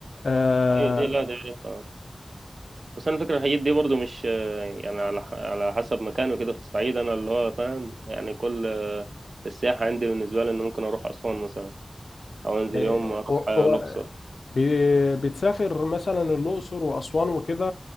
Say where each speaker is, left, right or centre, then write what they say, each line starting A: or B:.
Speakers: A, on the left; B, on the right.
A: آه
B: أيوه دي لا دي عارفها بس انا فكرة الحاجات دي برضو مش يعني على على حسب مكانه كده في الصعيد انا اللي هو فاهم يعني كل السياحة عندي بالنسبة لي ان ممكن اروح اسوان مثلا او انزل
A: آه،
B: يوم اروح
A: و-
B: الاقصر
A: و- ب- بتسافر مثلا الاقصر واسوان وكده